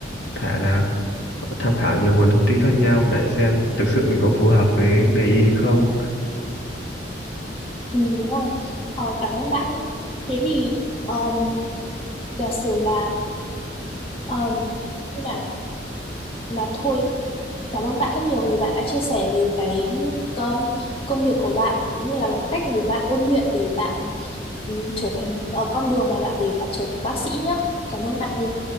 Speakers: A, on the left; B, on the left.
A: thể là tham khảo nhiều nguồn thông tin khác nhau để xem thực sự mình có phù hợp với nghề y không
B: Ừ, đúng rồi. Ờ, cảm ơn bạn nhé. Thế thì um, giả sử là um, nhưng mà mà thôi, cảm ơn bạn rất nhiều vì bạn đã chia sẻ về cái um, công việc của bạn cũng như là cái cách mà bạn ôn luyện để bạn um, trở thành ờ, con đường mà bạn để bạn trở thành bác sĩ nhé. Cảm ơn bạn nhiều.